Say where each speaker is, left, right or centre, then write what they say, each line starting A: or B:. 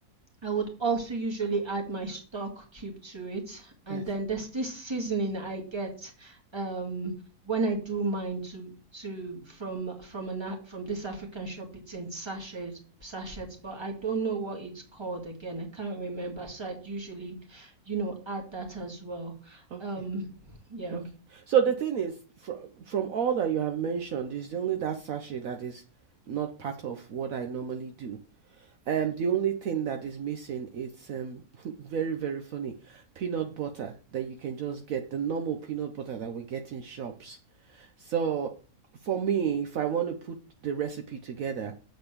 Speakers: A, on the right; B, on the right.
A: I would also usually add my stock cube to it. And
B: yes.
A: then there's this seasoning I get um, when I do mine to to from from an from this African shop. It's in sachets sachets, but I don't know what it's called again. I can't remember. So I'd usually, you know, add that as well.
B: Okay.
A: Um, yeah,
B: Okay. So the thing is, from from all that you have mentioned, is only that sachet that is not part of what I normally do. Um, the only thing that is missing is um <laughs> very very funny peanut butter that you can just get the normal peanut butter that we get in shops. So for me, if I want to put the recipe together,